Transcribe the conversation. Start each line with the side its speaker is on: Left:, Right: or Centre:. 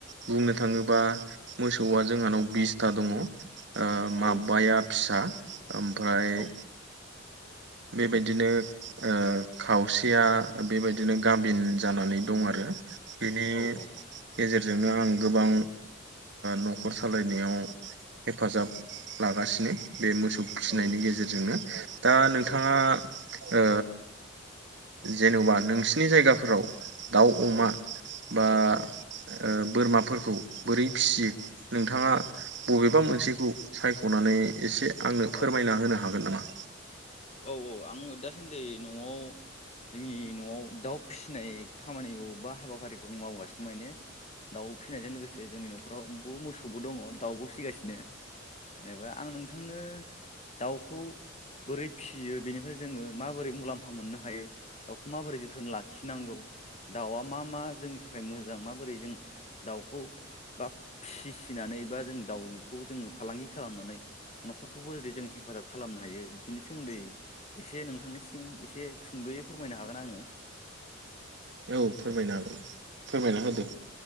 Right: बुंनो थाङोबा मोसौआ जोंहानाव बिसथा दं। दङ आ
Left: औ
Right: माबाया फिसा ओमफ्राय
Left: औ
Right: बेबायदिनो ओ खावसेया बेबायदिनो गाबिन जानानै दं आरो। बेनि
Left: औ औ
Right: गेजेरजोंनो आं गोबां न'खर सालायनायाव हेफाजाब लागासिनो। बे मोसौ फिसिनायनि
Left: औ
Right: गेजेरजोंनो दा नोंथाङा
Left: औ
Right: ओ। जेनेबा नोंसिनि जायगाफोराव दाउ अमा
Left: औ
Right: बा ओ बोरमाफोरखौ बोरै फियो नोंथाङा बबेबा मोनसेखौ सायख'नानै एसे आंनो फोरमायना
Left: औ
Right: होनो हागोन नामा।
Left: औ औ आङो दासान्दि न'आव जोंनि न'आव दाउ फिसिनाय खामानिखौ बा हाबाफारिखौ आं मावगासिनो माने दाउ फिसिनायजों लोगोसे जोंनि न'खरावबो मोसौबो दङ दाउबो फिगासिनो जेनेबा आं नोंथांनो दाउखौ बोरै फियो बेनिफ्राय जोङो माबोरै मुलाम्फा मोननो हायो दाउखौ माबोरै जोथोन लाखिनांगौ। दाउआ मा मा जोंनि थाखाय मोजां माबोरै जों दाउखौ बा फिसिनानै बा जों दाउखौ जोङो फालांगि खालामनानै न'खरखौबो जेरै जों हेफाजाब खालामनो हायो बिनि नि सोमोन्दै एसे नोंथांनिसिम एसे सुंद'यै फोरमायनो हागोन आङो।
Right: औ फोरमायनो हागोन फोरमायना होदो।
Left: औ